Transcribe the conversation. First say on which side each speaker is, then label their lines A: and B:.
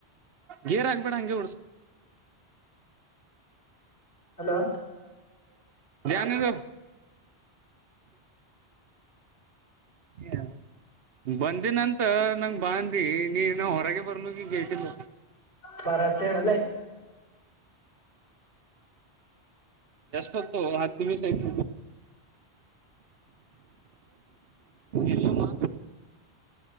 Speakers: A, on the right; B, on the left.
A: ಗೇರ್ ಹಂಗಬೇಡ ಹಂಗಗೆ ಡ್ಸ
B: ಹಲೋ
A: ಜಾನದು ಹಏ ಬಂದಿನಂತ ನಂಗ ಬಾಂದಿ ನೀನ ಹೊರಗೆ ಬರ್ಲಿ ಗೇಟಿಲ್ಲ
B: ಪರತ ಅಲ್ಲೇ
A: ಎಷ್ಟಟ್ ಹತ್ತುೋ ಹತ್ತಮೀ ಸಯಿತ ಯಲ್ಲ ಮಾ